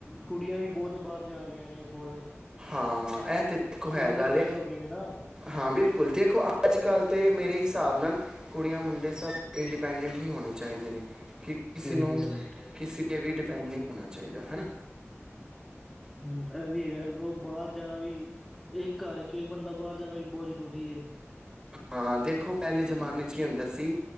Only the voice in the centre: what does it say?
ਕੁੜੀਆਂ ਵੀ ਬਹੁਤ ਬਾਹਰ ਜਾ ਰਹੀਆਂ ਨੇ ਫੋਰਨ-
ਇੰਡੀਪੈਂਡ
ਹੋ ਗਏ ਨੇ ਨਾ।
ਸਹੀ
ਕਹਿ ਰਹੇ।
ਹਮ, ਇਹ ਵੀ ਹੈਗਾ, ਲੋਕ ਬਾਹਰ ਜਾਣਾ ਵੀ ਇੱਕ ਘਰ ਚੋਂ ਇੱਕ ਬੰਦਾ ਬਾਹਰ ਜਾਣਾ ਵੀ ਬਹੁਤ ਜ਼ਰੂਰੀ ਹੈ।